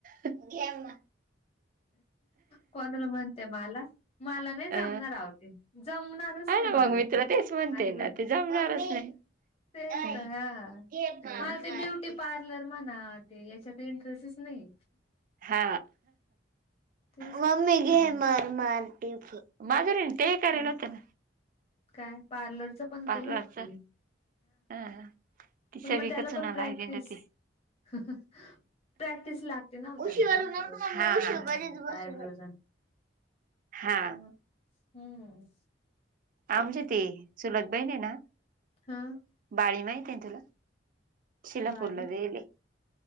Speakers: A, on the right (about 45°); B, on the left (about 35°).
A: गेम,
B: कोणाला म्हणते मला मला नाही
A: अ
B: जमणार आवते जमणारच,
A: हा
B: नाही
A: ना
B: मला
A: मग मी
B: ते
A: तुला तेच म्हणते
B: अजिबात.
A: ना ते जमणारच नाही.
B: तेच
A: ऐ,
B: तर ह
A: घे माप
B: मला ते
A: मार
B: ब्युटी
A: टिप.
B: पार्लर म्हनाल. ते याच्यात इंटरेस्टच नाही,
A: हा
B: तेच
A: म मी घेणार मार टीफ माझं रे टिफ. कराय
B: काय
A: लावत्यात,
B: काय पार्लरचं, पण
A: पार्लरच
B: गेल तीन
A: हा. ती
B: मग
A: सगळीकडे
B: हा त्याला
A: चुनाला
B: पण प्रॅक्टिस.
A: आहे रेंड ती.
B: ह, प्रॅक्टिस लागते ना हो
A: उशीवर
B: त्याला नाही
A: नव्हतं
B: का रोजची किती
A: उशीवर
B: नाही
A: घरीच
B: मजा हो
A: बसून
B: आयब्रोज
A: आहे.
B: आणि.
A: हा
B: अच्छा म, हम्म,
A: आमची ते चूलत बहीण आहे ना.
B: हा
A: बाळी माहित आहे तुला शिलापूरला
B: बाली
A: राहिले.